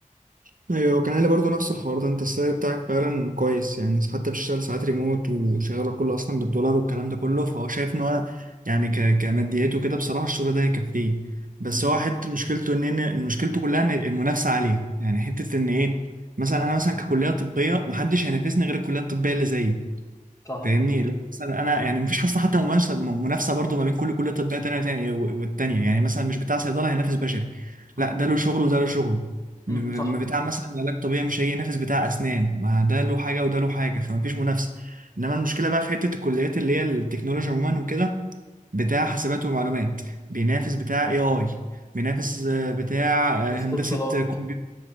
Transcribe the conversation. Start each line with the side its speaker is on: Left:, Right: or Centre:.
Right: ايوه كان قال لي برضه نفس الحوار ده انت السعر بتاعك فعلا كويس يعني حتى بتشتغل ساعات ريموت وشغاله كله اصلا بالدولار والكلام ده كله فهو شايف ان هو يعني ك... كماديات وكده بصراحه الشغل ده هيكفيه بس
Left: إمم،
Right: هو حته مشكلته ان ان مشكلته كلها ان المنافسه عاليه يعني حته ان ايه مثلا انا مثلا ككليه طبيه محدش هينافسني غير الكليه الطبيه اللي زيي
Left: صح،
Right: فاهمني اللي هو مثلا انا يعني مفيش اصلا حتى منافسه منافسه برضه ما بين كل كليه طبيه تانيه تانية والتانيه يعني مثلا مش بتاع صيدله هينافس بشري
Left: إمم،
Right: لا ده له شغله وده له شغله م-
Left: إمم، صح،
Right: م- بتاع مثلا علاج طبيعي مش هيجي ينافس بتاع اسنان ما ده له حاجه وده له حاجه فمفيش منافسه انما المشكله بقى في حته الكليات اللي هي التكنولوجيا عموما وكده بتاع حاسبات ومعلومات بينافس بتاع اي اي بينافس آه، بتاع آه،
Left: هندسة
Right: هندسة
Left: اتصالات.
Right: كمبيوتر